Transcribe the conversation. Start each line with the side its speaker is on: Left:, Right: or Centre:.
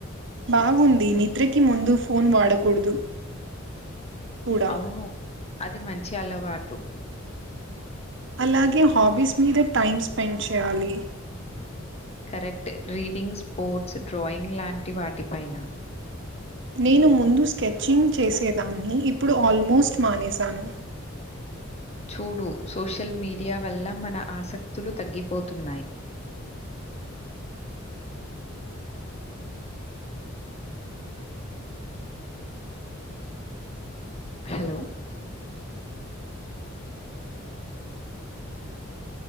Right: బాగుంది నిద్రకి ముందు ఫోన్ వాడకూడదు కూడా
Left: అవును అది మంచి అలవాటు
Right: అలాగే హాబీస్ మీద టైం స్పెండ్ చేయాలి
Left: కరెక్ట్ రీడింగ్ స్పోర్ట్స్ డ్రాయింగ్ లాంటి వాటిపైన
Right: నేను ముందు స్కెచింగ్ చేసేదాన్ని ఇప్పుడు ఆల్మోస్ట్ మానేసాను
Left: చూడు సోషల్ మీడియా వల్ల మన ఆసక్తులు తగ్గిపోతున్నాయి hello